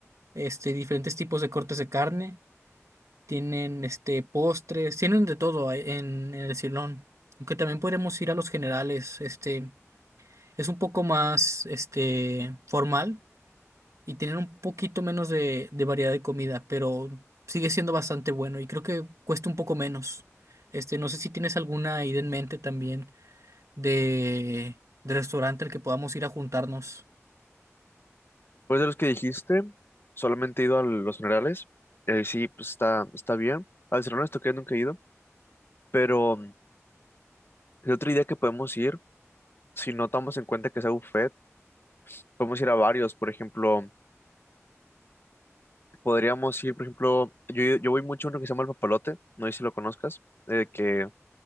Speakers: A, on the right; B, on the left.
A: Este, diferentes tipos de cortes de carne. Tienen este postres, tienen de todo ahí en, en el Silón. Aunque también podemos ir a los generales. Este, es un poco más este formal y tienen un poquito menos de, de variedad de comida, pero sigue siendo bastante bueno y creo que cuesta un poco menos. Este, no sé si tienes alguna idea en mente también de, de restaurante al que podamos ir a juntarnos.
B: Pues de los que dijiste, solamente he ido a los generales. Eh, sí, pues está, está bien. Al Cerro esto que nunca he ido. Pero mm, el otro día que podemos ir, si no tomamos en cuenta que sea buffet, podemos ir a varios. Por ejemplo. Podríamos ir, por ejemplo, yo, yo voy mucho a uno que se llama El Papalote, no sé si lo conozcas, eh, que